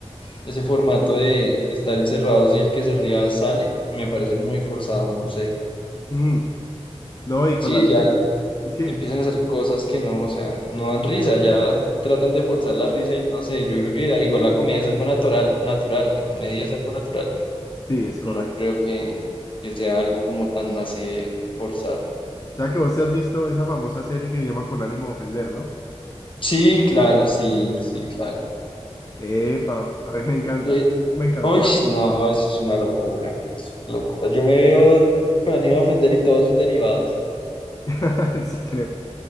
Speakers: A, on the left; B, on the left.
A: Ese formato de, de estar encerrados y el que se ría sale, me parece muy forzado, no sé.
B: Mm, no, y con
A: Sí,
B: la... li-
A: ya.
B: Es que,
A: empiezan
B: sí,
A: a hacer cosas que no, o sea, no dan risa, ya tratan de forzar la risa y no sé, yo creo que igual la comedia es algo natural, natural, la comedia es algo natural,
B: sí, es correcto.
A: no creo que, que sea algo como tan así de forzar.
B: O sea que vos te has visto esa famosa serie que se llama Con ánimo de ofender, ¿no?
A: Sí, claro, sí, sí, claro.
B: Epa, a mí me encanta,
A: Eh,
B: me encantaba.
A: uy, no, eso es una locura, una locura.
B: Se
A: Yo me
B: murió.
A: veo con ánimo de ofender y todos sus derivados.
B: <laughs> Sí, creo.